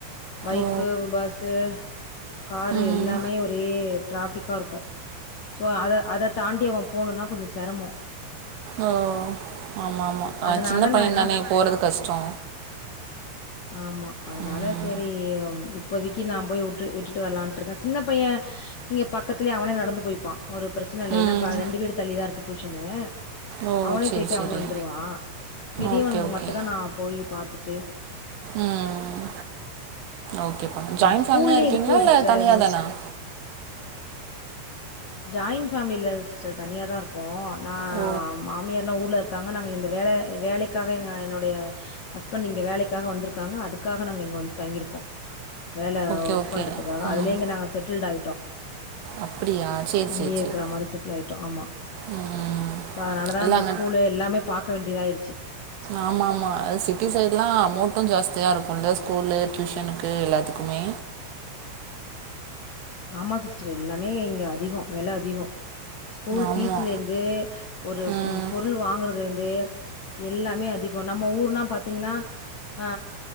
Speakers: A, on the left (about 55°); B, on the right (about 80°).
A: பைக்கு
B: ஓ
A: பஸ்சு காரு
B: ம்
A: எல்லாமே ஒரே டிராபிக்கா இருக்கு சோ அத அத தாண்டி அவ போணுன்னா கொஞ்ச செரமொ
B: ஓ ஆமாமா
A: அதனால
B: சின்ன பைய
A: நா என்ன
B: தானே போறது
A: ஆ
B: கஷ்டொ
A: ஆமா அதனால
B: ம்
A: சரி இப்போதைக்கு நா போய் வுட்டு விட்டுட்டு வரலான்ட் ருக்கே சின்ன பைய இங்க பக்கத்துலயே அவனே நடந்து போய்ப்பா ஒரு பிரச்சன இல்ல
B: ம்
A: ஏன்னா ஃபிரெண்டு வீடு தள்ளிதா இருக்கு டியூஷனு
B: ஓ
A: அவனே
B: சேரி
A: போய்ட்டு
B: சேரி
A: அவனே வந்துருவா பெரியவ
B: ஓகே ஓகே
A: மட்டுந்தா நா போய் பாத்துட்டு
B: ம் ஓகேப்பா ஜாயிண்ட்
A: ஸ்கூல்லயே
B: ஃபேமிலியா இருக்கீங்களா
A: இருக்கு
B: இல்ல
A: சிஸ்டர்
B: தனியா
A: முன்
B: தானா
A: ஜாய்ன் ஃபேமிலில ஸ்டர் தனியாதா ர்க்கொ நா
B: ஓ
A: மாமியார்ல்லா ஊர்ல ருக்காங்க நாங்க இந்த வேல வேலக் க்காவ எங்க என்னுடைய ஹஸ்பண்ட் இங்க வேலக்காக வந்திருக்காங்க அதுக்காக நாங்க இங்க வந்து தங்கிருக்கோ வேல
B: ஓகே
A: ஒர்க்
B: ஓகே
A: பண்றதுக்காக
B: ம்
A: அதுலயெ இங்க நாங்க செட்டில்ட் ஆயிட்டோ
B: அப்படியா சேரி
A: இங்கயே
B: சேரி
A: இருக்ற
B: சேரி
A: மாரி செட்டில் ஆய்ட்டோ ஆமா
B: ம்
A: சோ அதனாலதா
B: இல்ல
A: இந்த
B: அங்க
A: ஸ்கூலு எல்லாமே பாக்க வேண்டியதாயிருச்சு
B: ஆமா ஆமா அது சிட்டி சைட்லா அமௌன்டு ஜாஸ்தியா இருக்குல்ல ஸ்கூலு டியூஷனுக்கு எல்லாத்துக்குமே
A: ஆமா சிஸ்டர் எல்லாமே இங்க அதிகோ வெல அதிகோ ஸ்கூல்
B: ஆமா
A: ஃபீஸ்லே இரு ந்து ஒரு
B: ம்
A: பொருள் வாங்குறதுல இந்து எல்லாமே அதிகோ நம்ம ஊர்னா பாத்தீங்ன்னா ஆ